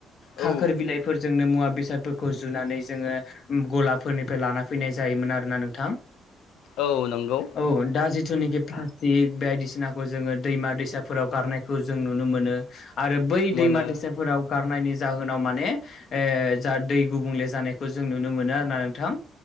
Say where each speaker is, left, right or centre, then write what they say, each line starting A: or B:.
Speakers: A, on the left; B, on the left.
A: औ
B: खाखोर बिलाइ फोरजोंनो मुवा बेसादफोरखौ जुनानै जोङो गलाब फोरनिफ्राय लाना फैनाय जायोमोन आरोना नोंथां।
A: औ नंगौ
B: औ दा जिथुनाखि फ्ला थिग बायदिसिनाखौ जोङो दैमा दैसाफोराव गारनायखौ जों नुनो मोनो आरो बै
A: मोनो
B: दैमा दैसाफोराव गारनायनि जाहोनाव माने जा दै गुबुंले जानायखौ जों नुनो मोनो आरोोना नोंथां